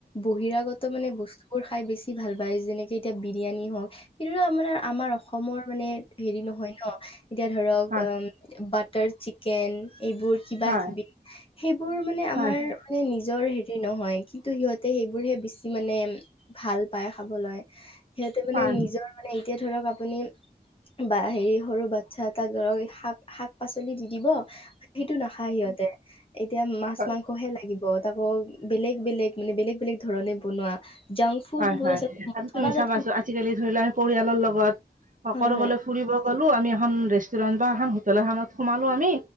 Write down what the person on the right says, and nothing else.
হয়
হয়
হয়
হয়
হয়
হয়
হয়
আৰু তুমি
চাবাচোন
আজিকালি ধৰি লোৱা আমি পৰিয়ালৰ লগত সকৰোবলে
ফুৰিব গ'লোঁ আমি এখন ৰেষ্টুৰেন্ট বা এখন হোটেল এখনত সোমালো আমি